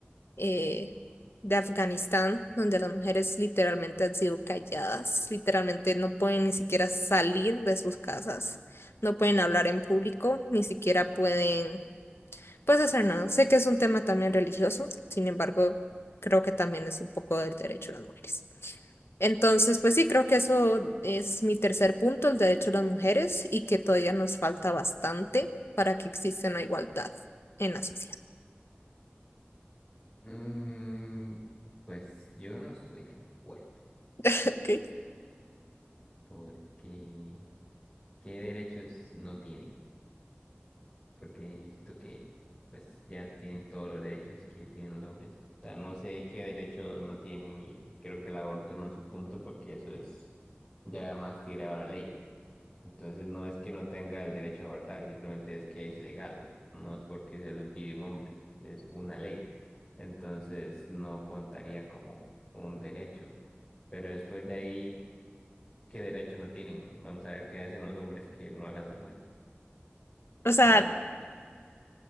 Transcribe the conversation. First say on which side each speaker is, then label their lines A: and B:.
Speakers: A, on the left; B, on the left.
A: eh, de Afganistán, donde las mujeres literalmente han sido calladas, literalmente no pueden ni siquiera salir de sus casas, no pueden hablar en público, ni siquiera pueden pues hacer nada. Sé que es un tema también religioso, sin embargo, creo que también es un poco del derecho de las mujeres. Entonces, pues sí, creo que eso es mi tercer punto, el derecho de las mujeres, y que todavía nos falta bastante para que exista una igualdad en la sociedad.
B: Mm, pues yo no estoy de acuerdo,
A: <laughs> ¿ok?
B: porque ¿qué derechos no tienen? Porque yo siento que pues ya tienen todos los derechos que tienen los hombres. O sea, no sé qué derechos no tienen y creo que el aborto no es un punto porque eso es ya más tirado a la ley. Entonces no es que no tenga el derecho a abortar, simplemente es que es legal, no es porque se lo impide un hombre, es una ley. Entonces no contaría como un derecho. Pero después de ahí, ¿qué derecho no tienen? Vamos a ver qué hacen los hombres que no hagan las mujeres,
A: O sea,
B: ¿sabes?